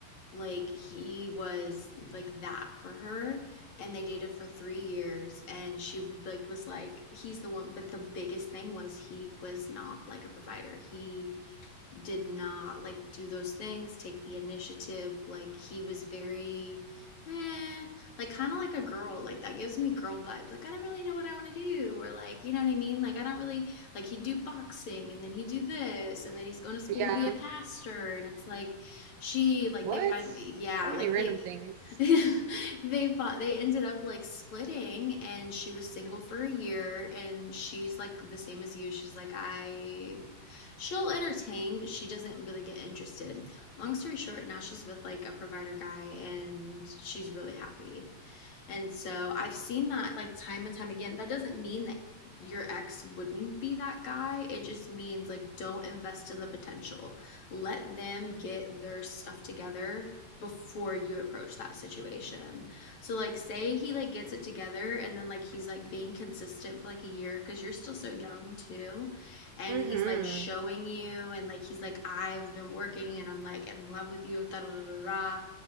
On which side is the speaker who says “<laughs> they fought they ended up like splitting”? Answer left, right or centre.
Left